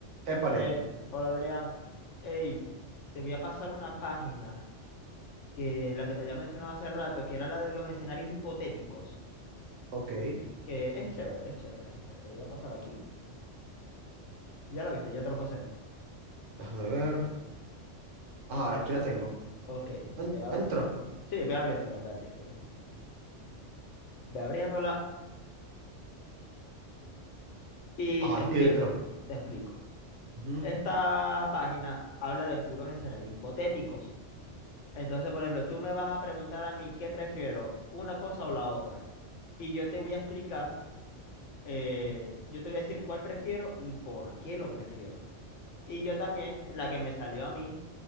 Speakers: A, on the right; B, on the left.
A: Épale,
B: Eh, hola Adrián, hey, te voy a pasar una página que la que te había mencionado hace rato, que era la de los escenarios hipotéticos,
A: ok,
B: que es chévere, es chévere. Mira, te lo voy a pasar aquí. Ya la viste, ya te lo pasé.
A: déjame ver. Ajá, aquí la tengo.
B: Ok,
A: En-
B: ve, ab-
A: entro.
B: ve- sí, ve abriéndola, ve abriéndola. Ve abriéndola y
A: Ajá,
B: te explico,
A: sí, entro.
B: te explico.
A: Ujú.
B: Esta página habla de puros escenarios hipotéticos. Entonces, por ejemplo, tú me vas a preguntar a mí qué prefiero, una cosa o la otra. Y yo te voy a explicar. eh, yo te voy a decir cuál prefiero y por qué lo prefiero. Y yo también, la que me salió a mí,